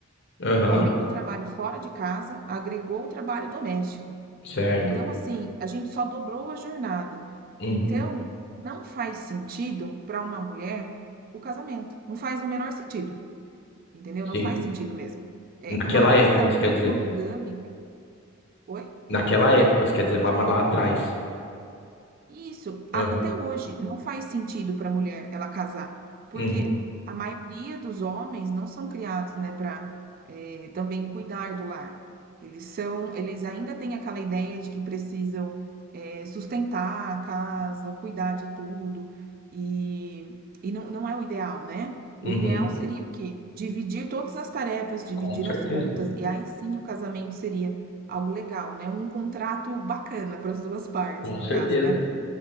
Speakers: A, on the left; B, on the right.
A: Aham,
B: Além do trabalho fora de casa, agregou o trabalho doméstico.
A: certo.
B: Então, assim, a gente só dobrou a jornada.
A: Uhum,
B: Então, não faz sentido para uma mulher o casamento. Não faz o menor sentido, entendeu?
A: sim.
B: Não faz sentido mesmo. É
A: Naquela
B: uma relação
A: época, você
B: não
A: quer dizer.
B: monogâmica. Oi?
A: Naquela época, você quer
B: Não entendi.
A: dizer, lá, lá atrás.
B: Isso,
A: Aham,
B: a- até hoje não faz sentido para a mulher ela casar, porque
A: uhum,
B: a maioria dos homens não são criados, né, para também cuidar do lar. Eles são, eles ainda têm aquela ideia de que precisam eh, sustentar a casa, cuidar de tudo, e, e não, não é o ideal, né?
A: uhum.
B: O ideal seria o quê? Dividir todas as tarefas, dividir
A: Com certeza,
B: as contas, e aí sim o casamento seria algo legal, né? Um contrato bacana para as duas partes,
A: com
B: no
A: certeza.
B: caso, né?